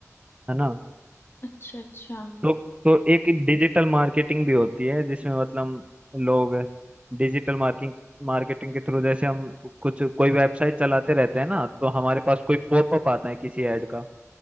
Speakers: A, on the right (about 20°); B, on the left (about 45°).
A: है ना
B: अच्छा अच्छा हाँ
A: तो तो एक डिजिटल मार्केटिंग भी होती है जिसमें मतलब लोग डिजिटल मार्किंग मार्केटिंग के थ्रू जैसे हम कुछ कोई वेबसाइट चलाते रहते हैं ना तो हमारे पास कोई पॉपअप आता है किसी ऐड का